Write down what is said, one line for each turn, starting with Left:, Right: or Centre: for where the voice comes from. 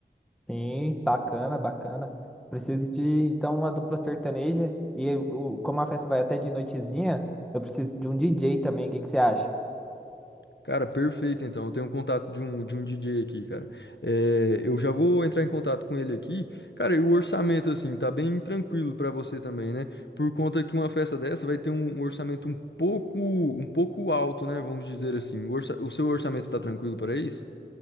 Centre: Sim, bacana, bacana. Preciso de, então, uma dupla sertaneja. E o, como a festa vai até de noitezinha, eu preciso de um DJ também. O que que você acha?
Left: Cara, perfeito então. Eu tenho um contato de um, de um DJ aqui, cara. É, eu já vou entrar em contato com ele aqui. Cara, e o orçamento, assim, tá bem tranquilo pra você também, né? Por conta que uma festa dessa vai ter um, um orçamento um pouco, um pouco alto, né? Vamos dizer assim. O, orça- o seu orçamento tá tranquilo para isso?